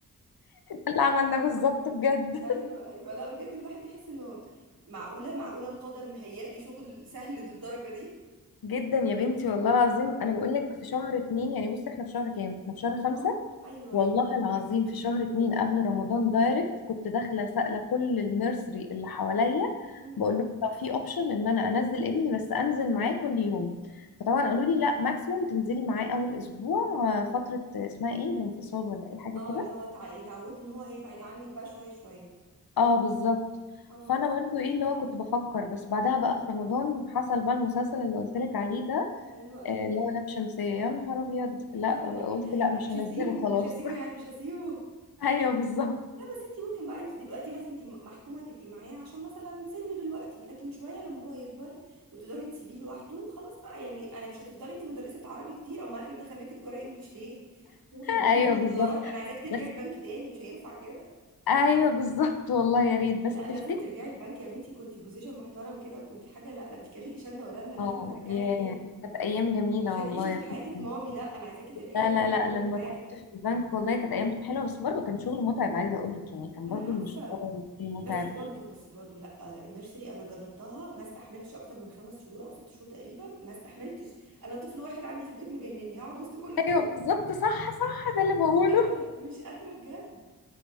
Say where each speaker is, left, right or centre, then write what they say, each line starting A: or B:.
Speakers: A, on the left (about 85°); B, on the right (about 75°).
A: اللي عملناه بالظبط بجد
B: ايوه ايوه لا بجد الواحد بيحس انه معقوله معقوله القدر مهيأ لي شغل سهل للدرجه دي
A: جدا يا بنتي والله العظيم انا بقول لك في شهر اتنين يعني بصي احنا في شهر كام احنا في شهر خمسة
B: اه ايوه
A: والله
B: ايوه
A: العظيم في شهر اتنين قبل رمضان دايركت كنت داخله سائله كل النيرسري اللي حواليا
B: امم
A: بقول لهم طب في اوبشن ان انا انزل ابني بس انزل معاه كل يوم فطبعا قالوا لي لا ماكسيموم تنزلي معاه اول اسبوع آه، فتره اسمها ايه الانفصال ولا ايه حاجه
B: اه
A: كده
B: اللي هو تع... يتعود ان هو هيبعد عنك بقى شويه شويه
A: اه بالظبط
B: اه
A: فانا برضو ايه اللي هو كنت بفكر بس بعدها بقى في رمضان حصل بقى المسلسل اللي قلت لك عليه ده
B: ايوه ايوه
A: آه، اللي هو لام شمسيه يا نهار ابيض لا
B: <laughs>
A: قلت لا
B: انا
A: مش
B: مش
A: هنزله
B: هسيبه
A: خلاص
B: مش هسيبه يعني مش هسيبه
A: <laughs> ايوه بالظبط
B: لا بس انت ممكن بقى انت دلوقتي بس انت محكومه تبقي معاه عشان مثلا سنه دلوقتي لكن شويه لما هو يكبر وتقدري تسيبيه لوحده خلاص بقى يعني انا مش هتفضلي انت مدرسه عربي كتير امال احنا دخلناكي تجاره انجليش ليه شغل البنوك
A: ايوه
B: والدولارات
A: بالظبط
B: انا عايزاكي ترجعي
A: بس
B: البنك تاني مش هينفع كده
A: ايوه بالظبط والله يا ريت بس
B: لا
A: تفتكر
B: لازم ترجعي البنك يا بنتي كنتي بوزيشن محترم كده وكنتي حاجه لا ده انت كان ليكي شنه ورنه لازم
A: اه
B: نرجعك
A: ياه
B: تاني
A: كانت ايام جميله
B: مش هتعيشي
A: والله
B: طول
A: يا
B: حياتك
A: بنتي
B: مامي لا انا عايزاكي ترجعي
A: لا
B: تاني
A: لا لا
B: للشغل
A: لما
B: بتاعك
A: كنت في البنك والله كانت ايام حلوه بس برضه كان شغل متعب عايزه اقول لك يعني كان
B: ما
A: برضه
B: انا عارفه
A: مشوار متعب
B: بس برضو بس برضو لا النيرسري انا جربتها ما استحملتش اكتر من خمس شهور او ست شهور تقريبا ما استحملتش انا طفل واحد عندي في البيت مجنني هقعد وسط كل
A: ايوه
B: دول <laughs>
A: بالظبط صح صح ده اللي بقوله
B: مش قادره مش قادره بجد